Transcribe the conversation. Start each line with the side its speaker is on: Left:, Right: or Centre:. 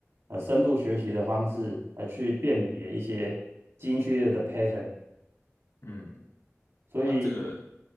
Right: 呃深度学习的方式，来去辨别一些基因序列的 pattern。
Left: 嗯，
Right: 所以
Left: 啊，这个，